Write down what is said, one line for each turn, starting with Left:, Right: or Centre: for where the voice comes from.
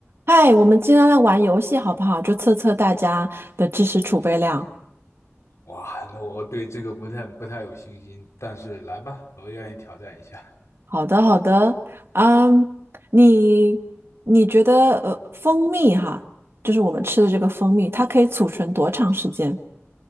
Right: 嗨，我们今天来玩游戏好不好？就测测大家的知识储备量。
Left: 哇，那我对这个不太不太有信心，但是来吧，我愿意挑战一下。
Right: 好的，好的。嗯，你你觉得呃，蜂蜜哈，就是我们吃的这个蜂蜜，它可以储存多长时间？